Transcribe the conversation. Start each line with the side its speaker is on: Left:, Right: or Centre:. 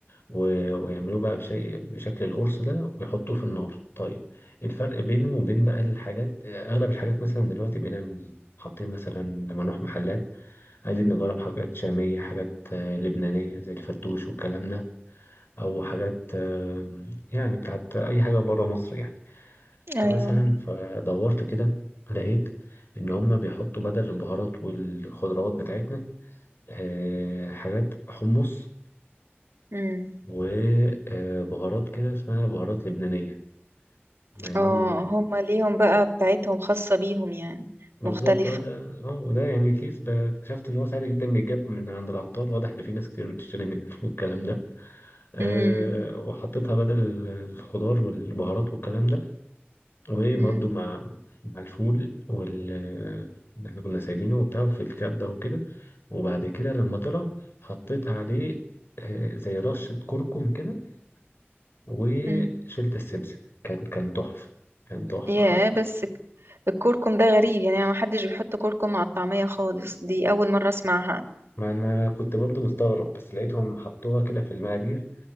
Left: و... ويعملوه بقى بشيء بشكل القرص ده ويحطوه في النار طيب الفرق بينه وبين بقى الحاجات اغلب الحاجات مثلا دلوقتي بقينا حاطين مثلا لما نروح محلات عايزين نجرب حاجات شامية حاجات آه، لبنانية زي الفتوش والكلام ده أو حاجات آه، يعني بتاعت أي حاجة بره مصر يعني فمثلا
Right: ايوه
Left: فدورت كده لقيت إن هما بيحطوا بدل البهارات والخضروات بتاعتنا آه، حاجات حمص
Right: مم.
Left: وبهارات كده اسمها بهارات لبنانية مع انهم
Right: اه هما ليهم بقى بتاعتهم خاصة بيهم يعني
Left: بالظبط
Right: مختلفة
Left: اه ده اه وده يعني كيس ب- اكتشفت ان هو سهل جدا بيتجاب من عند العطار واضح ان في ناس كتير بتشتري منه <laughs> والكلام ده أه
Right: امم
Left: وحطيتها بدل الخضار والبهارات والكلام ده وبرده
Right: امم
Left: مع مع الفول وال اللي احنا كنا سايبينه وبتاع في الكبة وكده وبعد كده لما طلع حطيت عليه آه، زي رشة كركم كده وشلت
Right: امم
Left: السمسم كان كان تحفة كان تحفة
Right: يا
Left: حطيت
Right: بس ك- الكركم ده غريب يعني ما حدش بيحط كركم مع الطعمية خالص دي اول مرة اسمعها
Left: ما أنا كنت برضو مستغرب بس لقيتهم حطوها كده في المقادير